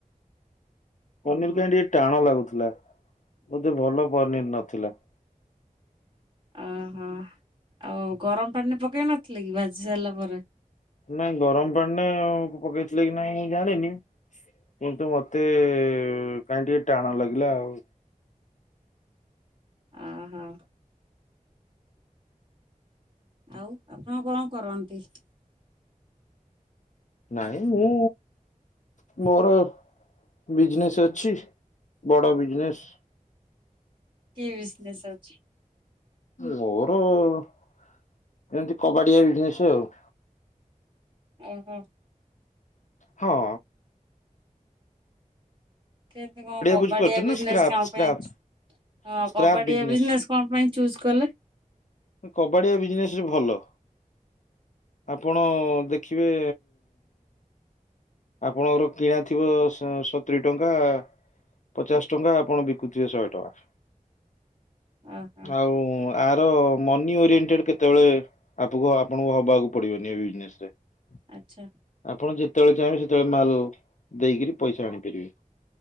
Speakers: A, on the left; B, on the right.
A: ପନିର
B: ଓହୋ
A: କାହିଁ ଟିକେ ଟାଣ ଲାଗୁଥିଲା ବୋଧେ ଭଲ ପନିର ନଥିଲା।
B: ଓହୋ ଆଉ ଗରମ ପାଣିରେ ପକେଇ ନଥିଲେ କି ବାଜି ସାରିଲା ପରେ।
A: ନାଇଁ ଗରମ ପାଣିରେ ପକେଇଥିଲେ କି ନାଇଁ ମୁଁ ଜାଣିନି। କିନ୍ତୁ ମତେ କାହିଁ ଟିକେ ଟାଣ ଲାଗିଲା ଆଉ।
B: ଅହୋ। ଆଉ ଆପଣ କଣ କରନ୍ତି?
A: ନାଇଁ ମୁଁ ମୋର ବିଜନେସ୍ ଅଛି ବଡ଼ ବିଜନେସ୍।
B: କି ବିଜନେସ୍ ଅଛି?
A: ମୋର ଏମିତି କବାଡିଆ ବିଜିନେସ ଆଉ।
B: ଓ ହ।
A: ହଁ।
B: କେତେ କଣ କବାଡିଆ
A: ବୁଝିପାରୁଛନ୍ତି
B: ବିଜନେସ
A: ନା ସ୍କ୍ରାପ୍
B: କଣ
A: ସ୍କ୍ରାପ୍
B: ପାଇଁ ହଁ
A: ସ୍କ୍ରାପ୍
B: କବାଡିଆ
A: ବିଜନେସ୍।
B: ବିଜନେସ କଣ ପାଇଁ ଚୁଜ୍ କଲେ?
A: କବାଡ଼ିଆ ବିଜନେସରେ ଭଲ। ଆପଣ ଦେଖିବେ ଆପଣଙ୍କର କିଣା ଥିବ ଶ୍ ସତୁରୀ ଟଙ୍କା। ପଚାଶ ଟଙ୍କା ଆପଣ ବିକୁଥିବେ ଶହେ ଟଙ୍କା
B: ଓହୋ
A: ଆଉ ତାର ମନି ଓରିଏଣ୍ଟେଡ କେତେବେଳେ ଆପୁକ ଆପଣଙ୍କୁ ହବାକୁ ପଡିବନି ଏ ବିଜନେସ। <unintelligible>
B: ଆଚ୍ଛା।
A: ଆପଣ ଯେତେବେଳେ ଚାହିଁବେ ସେତେବେଳେ ମାଲ ଦେଇକିରି ପଇସା ଆଣିପାରିବେ।